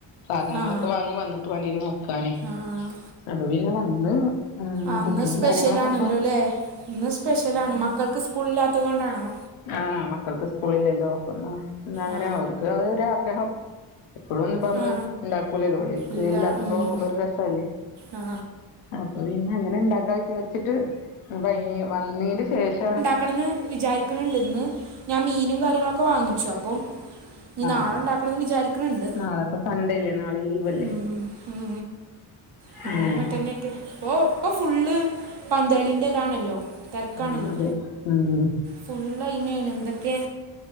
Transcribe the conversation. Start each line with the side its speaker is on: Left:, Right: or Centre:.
Left: സാധനങ്ങളൊക്കെ
Right: ആ
Left: വാങ്ങി വന്നിട്ട് വേണ്ടീന് വെക്കാന്.
Right: ആ
Left: അപ്പൊ പിന്നെ വന്ന് ഉം
Right: അന്ന്
Left: കുക്കിങ്ങും
Right: സ്പെഷ്യലാണല്ലോല്ലേ
Left: കാര്യങ്ങളൊക്കെ ഇപ്പൊ
Right: ഇന്ന് സ്പെഷ്യലാണ്. മക്കൾക്ക് സ്കൂളില്ലാത്തത് കൊണ്ടാണോ?
Left: ആഹ് മക്കൾക്ക് സ്കൂളില്ലല്ലോ അപ്പ പിന്നെ എന്ന അങ്ങനെ
Right: ആ
Left: അവർക്ക് ഒരാഗ്രഹം. എപ്പഴൊന്നും ഇപ്പ നമ്മള്
Right: ആ
Left: ഉണ്ടാക്കൂലല്ലോ ഓല്
Right: ഇല്ല
Left: ഇല്ലാത്തുമ്പോ
Right: ഉം.
Left: നോക്കുമ്പോ ഒരു രസല്ലേ
Right: ആ
Left: അപ്പൊ പിന്നെ അങ്ങനെ ഉണ്ടാക്കാ ന്ന് വിചാരിച്ചിട്ട് ഇപ്പൊയ്ന്ന് വന്നീന്റെ ശേഷം
Right: ക്കണന്ന് വിചാരിക്കുണ്ട് ഇന്ന് ഞാൻ മീനും കാര്യങ്ങളൊക്കെ വാങ്ങിച്ച് അപ്പോ ഇനി
Left: ആഹ്
Right: നാളെ ഉണ്ടാക്കണംന്ന് വിചാരിക്കണണ്ട്.
Left: നാളെപ്പ സൺഡേല്ലേ നാളെ ലീവല്ലേ
Right: ഉം ഉം നാളെ
Left: ഉം
Right: മറ്റന്നെകെ ഇപ്പൊ ഫുള്ള് പന്ത്കളിന്റെ ഇതാണല്ലോ? തിരക്കാണല്ലോ?
Left: ആഹ് അതെ ഉം
Right: ഫുള്ള് ഐമേണ് എന്തൊക്കെ?